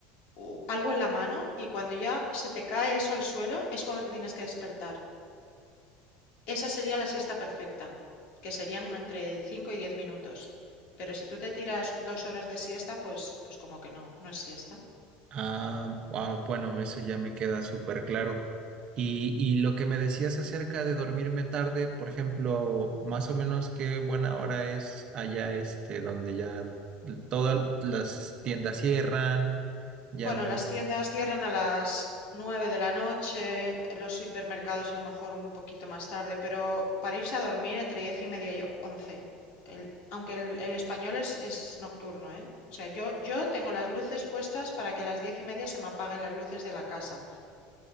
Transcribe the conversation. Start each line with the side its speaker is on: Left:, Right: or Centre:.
Left: u- algo en la mano y cuando ya se te cae eso al suelo es cuando te tienes que despertar. Esa sería la siesta perfecta, que serían uno entre 5 y 10 minutos. Pero si tú te tiras dos horas de siesta, pues, pues como que no, no es siesta.
Right: Ah, ah, bueno, eso ya me queda súper claro. Y, y lo que me decías acerca de dormirme tarde, por ejemplo, más o menos qué buena hora es allá este, donde ya todas las tiendas cierran, ya
Left: Bueno,
Right: no
Left: las tiendas cierran a las 9 de la noche, los supermercados a lo mejor un poquito más tarde, pero para irse a dormir entre 10 y media y 11. El- aunque el, el español es, es nocturno, ¿eh? O sea, yo, yo tengo las luces puestas para que a las 10 y media se me apaguen las luces de la casa,